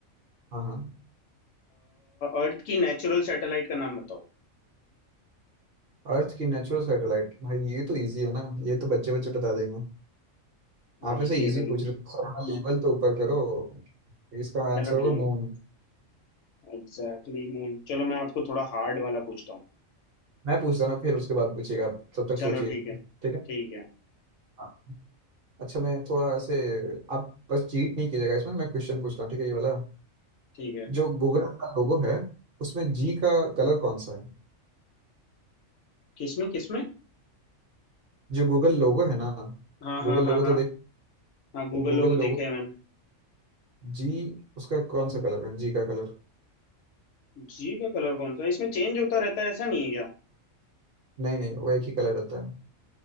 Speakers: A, on the right; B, on the left.
A: हाँ हाँ
B: अर्थ की नेचुरल सैटेलाइट का नाम बताओ
A: अर्थ की नेचुरल सैटेलाइट भाई ये तो इजी है ना ये तो बच्चे बच्चे बता देंगे
B: हाँ
A: आप
B: इजी
A: ऐसे
B: है
A: इजी
B: तभी
A: पूछ
B: तो
A: रहे हो सर अपना लेवल तो ऊपर करो इसका आंसर
B: चलो
A: होगा
B: ठीक
A: मून
B: है एग्जैक्टली मून चलो मैं आपको थोड़ा हार्ड वाला पूछता हूँ
A: मैं पूछता हूँ ना फिर उसके बाद पूछिएगा आप तब तक
B: चलो
A: सोचिए
B: ठीक है
A: ठीक
B: ठीक
A: है
B: है
A: हाँ। अच्छा मैं थोड़ा ऐसे आप बस चीट नहीं कीजिएगा इसमें मैं क्वेश्चन पूछता हूँ ठीक है ये वाला
B: ठीक है
A: जो गूगल का लोगो है उसमें जी का कलर कौन सा है
B: किसमें किसमें
A: जो गूगल लोगो है ना
B: हाँ
A: गूगल
B: हाँ हाँ
A: लोगो
B: हाँ
A: तो देख
B: हाँ गूगल
A: गूगल
B: लोगो देखे
A: लोगो
B: हैं मैंने
A: जी उसका कौन सा कलर है जी का कलर
B: जी का कलर कौन सा है? इसमें चेंज होता रहता है ऐसा नहीं है
A: नहीं नहीं वो एक ही कलर रहता है